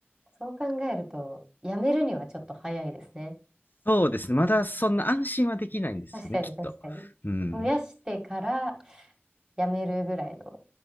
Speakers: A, on the right (about 20°); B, on the left (about 50°).
A: そう考えると、辞めるにはちょっと早いですね。
B: そうですね。まだそんな安心はできないんですよね、
A: 確かに、
B: きっと。
A: 確かに。
B: うん。
A: 増やしてから辞めるぐらいの。